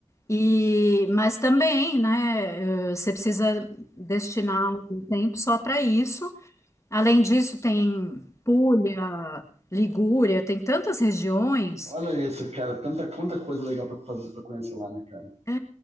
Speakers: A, on the left (about 25°); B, on the right (about 55°).
A: E, mas também, né, eh, você precisa destinar um tempo só para isso. Além disso, tem Puglia, Ligúria, tem tantas regiões.
B: olha isso, cara, tanta quanta coisa legal pra fazer para conhecer lá, né, cara?
A: É,